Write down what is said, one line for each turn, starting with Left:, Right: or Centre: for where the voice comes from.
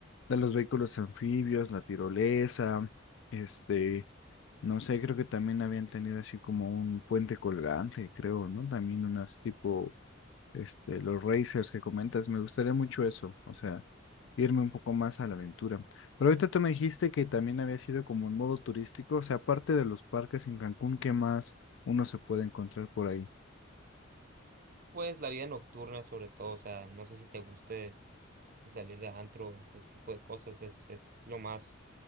Left: de los vehículos anfibios, la tirolesa, este, no sé, creo que también habían tenido así como un puente colgante, creo, ¿no? También unas tipo, este, los racers que comentas, me gustaría mucho eso, o sea, irme un poco más a la aventura. Pero ahorita tú me dijiste que también había sido como en modo turístico, o sea, aparte de los parques en Cancún, ¿qué más uno se puede encontrar por ahí?
Right: Pues la vida nocturna sobre todo, o sea, no sé si te guste salir de antro, ese tipo de cosas, es, es lo más